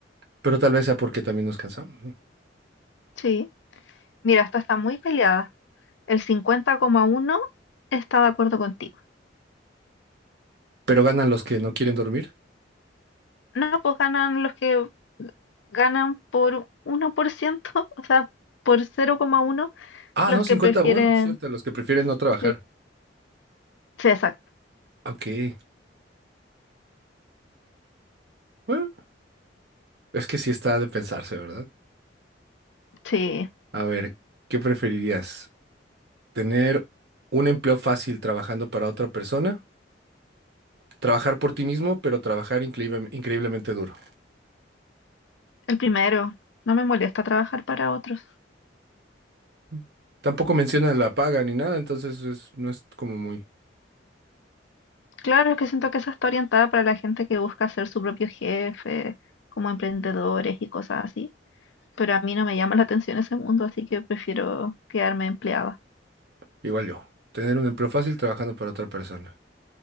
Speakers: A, on the right; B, on the left.
A: pero tal vez sea porque también nos cansamos. ¿no?
B: Sí, mira, esta está muy peleada. El cincuenta coma uno está de acuerdo contigo.
A: Pero ganan los que no quieren dormir.
B: No, pues ganan los que ganan por uno por ciento, <laughs> o sea, por cero coma uno
A: Ah,
B: los
A: no,
B: que
A: cincuenta
B: prefieren.
A: a uno, cierto, los que prefieren no trabajar.
B: Sí, sí, exacto.
A: Ok. Bueno, es que sí está de pensarse, ¿verdad?
B: Sí,
A: A ver, ¿qué preferirías? ¿Tener un empleo fácil trabajando para otra persona? ¿Trabajar por ti mismo, pero trabajar increíble- increíblemente duro?
B: el primero. No me molesta trabajar para otros.
A: Mm. Tampoco menciona la paga ni nada, entonces es- no es como muy...
B: Claro, es que siento que esa está orientada para la gente que busca ser su propio jefe, como emprendedores y cosas así. Pero a mí no me llama la atención ese mundo, así que prefiero quedarme empleada.
A: Igual yo. Tener un empleo fácil trabajando para otra persona.